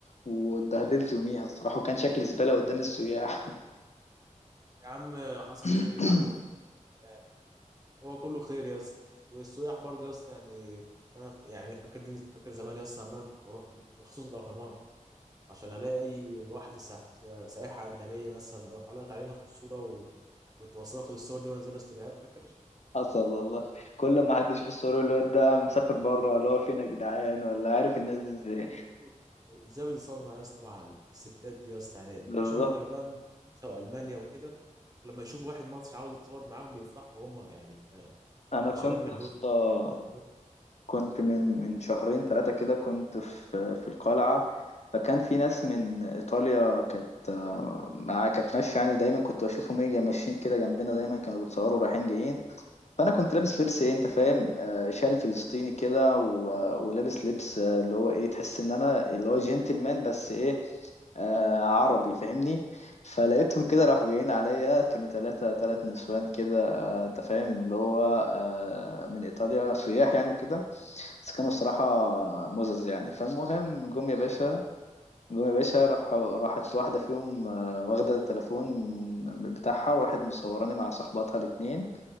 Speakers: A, on the left; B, on the right.
A: واتبهدلت يوميها الصراحه وكان شكلي زباله قدام السياح
B: يا عم حصل
A: <coughs>
B: خير يا عم
A: <clears throat>
B: يعني هو كله خير يا اسطى والسياح برضه يا اسطى يعني كنت انا ف- يعني فاكر فاكر زمان يا اسطى لما انا كنت اروح مخصوص الاهرامات عشان الاقي اي واحده سا- سا- سائحه اجنبيه مثلا اروح اقول لها تعالي ناخد صوره و... كنت بصور اخد الصور دي وانزلها ستوريات فاكر
A: حصل والله كل ما حد يشوف الصور يقول الواد ده مسافر بره اللي هو فين يا جدعان ولا عارف الناس دي
B: <laughs>
A: ازاي
B: ازاي بتصور معايا يا اسطى مع الستات دي يا اسطى يعني
A: بالظبط
B: عشان هم كانوا بقى من فرنسا والمانيا وكده لما يشوفوا واحد مصري عاوز يتصور معاهم بيفرحوا هم يعني ك...
A: انا
B: كشباب
A: كنت
B: من
A: يا
B: روسيا
A: اسطى
B: من
A: كنت من من شهرين ثلاثة كده كنت في في القلعة فكان في ناس من إيطاليا كانت آه، مع كانت ماشية يعني دايما كنت بشوفهم ايه جا- ماشيين كده جنبنا دايما كانوا بيتصوروا رايحين جايين فأنا كنت لابس لبس ايه انت فاهم آه، شال فلسطيني كده و- آه، ولابس لبس آه، اللي هو ايه تحس ان انا اللي هو جنتلمان بس ايه آه عربي فاهمني فلقيتهم كده راحوا جايين عليا كانوا ثلاثة ثلاث نسوان كده آه انت فاهم اللي هو آه من ايطاليا سياح يعني وكده بس كانوا الصراحة مزز يعني فالمهم جم يا باشا جم يا باشا
B: روسيا
A: راح راحت واحدة فيهم آه، واخدة التليفون من بتاعها وراحت مصوراني مع صحباتها الاتنين